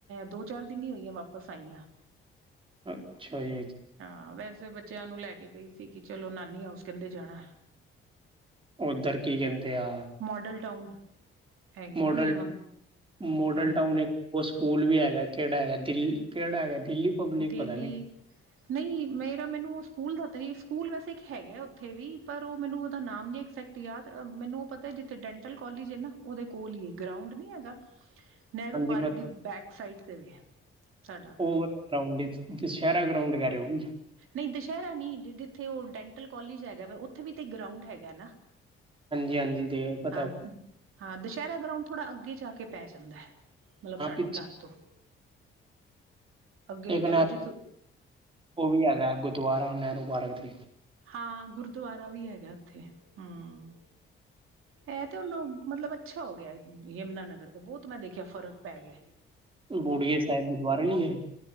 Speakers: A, on the right (about 90°); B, on the right (about 25°).
A: ਦੋ ਚਾਰ ਦਿਨ ਹੀ ਹੋਈਆਂ ਵਾਪਸ ਆਈਆਂ।
B: ਅੱਛਾ ਯਥ।
A: ਹਾਂ ਵੈਸੇ ਬੱਚਿਆਂ ਨੂੰ ਲੈ ਕੇ ਗਈ ਸੀ ਕਿ ਚਲੋ ਨਾਨੀ ਹਾਊਸ ਕਹਿੰਦੇ ਜਾਣਾ।
B: ਉੱਧਰ ਕੀ ਕਹਿੰਦੇ ਆ।
A: Model town. ਹੈਗੇ
B: ਮੋਡਲ
A: ਨਾ ਮੇਰੇ ਮੰਮੀ
B: ਮੋਡਲ
A: ਹਾਂਜੀ
B: ਟਾਊਨ ਇੱਕ ਉਹ ਸਕੂਲ ਵੀ ਹੈਗਾ ਕਿਹੜਾ ਹੈਗਾ ਦਿੱਲੀ ਕਿਹੜਾ ਹੈਗਾ ਦਿੱਲੀ। ਪਬਲਿਕ
A: ਦਿੱਲੀ।
B: ਪਤਾ ਨੀ
A: ਨਹੀਂ ਮੇਰਾ ਮੈਨੂੰ ਉਹ ਸਕੂਲ ਦਾ ਤਾਂ ਨਹੀਂ ਸਕੂਲ ਵੈਸੇ ਇੱਕ ਹੈਗੇ ਆ ਉੱਥੇ ਵੀ ਪਰ ਉਹ ਮੈਨੂੰ ਉਹਦਾ ਨਾਮ ਨਹੀਂ ਐਗਜੈਕਟ ਯਦ ਮੈਨੂੰ ਉਹ ਪਤਾ ਜਿੱਥੇ ਡੈਂਟਲ ਕਲਜ ਹੈ ਨਾ ਉਹਦੇ ਕੋਲ ਹੀਈ ਗਰਾਊਂਡ ਨਹੀਂ ਹੈਗਾ। ਨਹਿਰੂ
B: ਹਾਂਜੀ
A: ਪਾਰਕ
B: ਪਤਾ
A: ਦੀ ਬੈਕ ਸਾਈਡ ਤੇ ਵੇ। ਸਾਡਾ
B: ਉਹ
A: ਘਰ
B: ਗ ਦਸਹਿਰਾ ਗਰਾਡੈ ਉਹ ਵੀ
A: ਨਹੀਂ ਦੁਸਹਿਰਾ ਨ ਜਿੱਥੇ ਉਹ ਡੈਂਟਲ ਕੋਾਲਜ ਹੈਗਾ ਵ ਉੱਥੇ ਵੀ ਤੇ ਗਰਾਂਡ ਹੈਗਾ।
B: ਹਾਂਜੀ ਹਾਂਜੀ ਦੇ ਪਤਾ।
A: ਹਾਂ ਹਾਂ ਦੁਸਹਿਰਾ ਗਰਾਊਂਡ ਥੋੜ੍ਹਾ ਅੱਗੇ ਜਾ ਕੇ ਪੈ ਜਾਂਦਾ ਹੈ ਮਤਲਬ ਸਾਡੇ
B: ਹਾਂ ਪਿੱਛੇ
A: ਘਰ ਤੋਂ। ਅੱਗੇ
B: ਇੱਕ
A: ਕਹਿ
B: ਨਹਿਰ
A: ਲੋੋ ਜੀ।
B: ਉਹ ਵੀ ਹੈਗਾ ਗੁਰਦੁਆਰਾ ਨਹਿਰੂ ਪਾਰਕ ਦੀ।
A: ਹਾਂ ਗੁਰਦੁਆਰਾ ਵੀ ਹੈਗਾ ਉੱਥੇ ਹੂੰ, ਇਹ ਤੇ ਹੁਣ ਮਤਲਬ ਅੱਛਾ ਹੋ ਗਿਆਮ ਯਮੁਨਾਨਗਰ ਤੇ ਬਹੁਤ ਮੈਂ ਦੇਖਿਆ ਫ਼ਰਕ ਪੈ ਗਿਆ।
B: <unintelligible> ਸਾਹਿਬ ਦੀ ਦੁਆਰੇ ਈ ਨੀ।